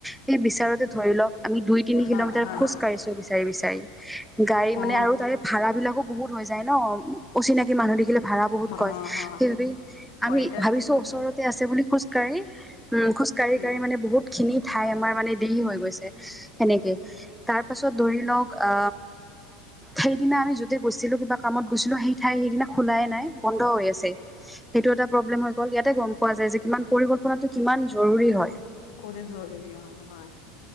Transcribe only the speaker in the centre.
সেই বিচাৰোঁত ধৰি লওক আমি দুই তিনি
কিলোমিটাৰ
খোজ কঢ়িছো বিচাৰি বিচাৰি গাড়ী মানে
তাৰে ভাড়া এইবিলাকো বহুত হৈ যায় ন অচিনাকি মানুহ দেখিলে ভাড়া বহুত কয়
সেইবাবে
আমি
ভাবিছো
ওচৰতে আছে বুলি খোজ কাঢ়ি উম খোজ কাঢ়ি
কাঢ়ি মানে বহুত খিনি ঠাই আমাৰ মানে দেৰি হৈ গৈছে সেনেকে তাৰপাছত ধৰি লওক আ সেইদিনা আমি যতে গৈছিলো কিবা কামত গৈছিলো সেই ঠাই সেইদিনা খোলাই নাই বন্ধ হৈ আছে সেইটো এটা প্ৰব্লেম হৈ গ'ল ইয়াতে গম পোৱা যায় যে কিমান পৰি টো কিমান জৰুৰী হয়